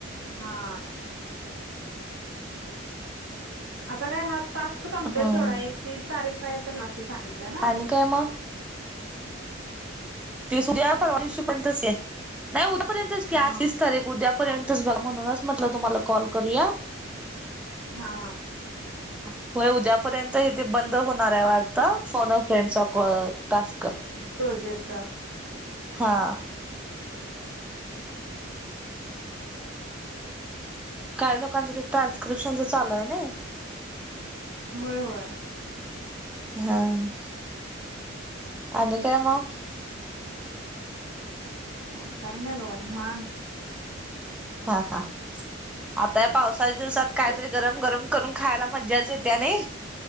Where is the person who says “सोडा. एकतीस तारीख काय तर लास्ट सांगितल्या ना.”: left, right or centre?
Right